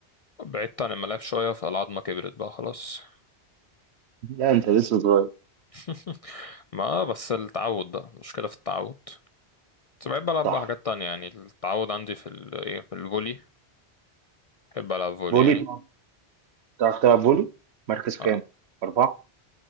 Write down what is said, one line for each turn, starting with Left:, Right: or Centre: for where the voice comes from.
Left: بعدت عن الملاعب شوية فالعظمة كبرت بقى خلاص
Right: لا أنت لسه صغير
Left: <laughs> ما بس التعود بقى مشكلة في التعود بس بحب ألعب
Right: صح
Left: بقى حاجات تانية يعني التعود عندي في ال إيه في الفولي بحب ألعب فولي
Right: فولي
Left: يعني
Right: بتعرف بتعرف تلعب فولي مركز كام؟
Left: آه
Right: أربعة؟